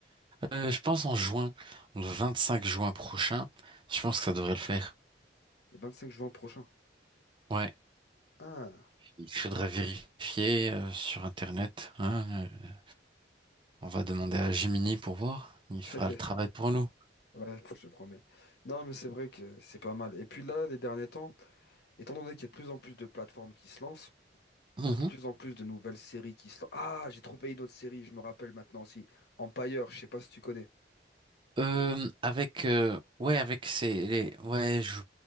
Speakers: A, on the right; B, on the left.
A: Euh, je pense en juin, le 25 juin prochain, je pense que ça devrait le faire.
B: Le 25 juin prochain.
A: Ouais,
B: Ah.
A: il faudrait vérifier euh, sur Internet. hein, euh, on va demander à Gemini pour voir. Il
B: <laughs>
A: fera le travail pour nous.
B: Ouais, <laughs> je te promets. Non, mais c'est vrai que c'est pas mal. Et puis là, les derniers temps, étant donné qu'il y a de plus en plus de plateformes qui se lancent,
A: Mhm.
B: il y a de plus en plus de nouvelles séries qui se lancent. Ah, j'ai trouvé une autre série, je me rappelle maintenant aussi. Empire, je sais pas si tu connais.
A: Euh, avec euh, ouais avec ces les ouais je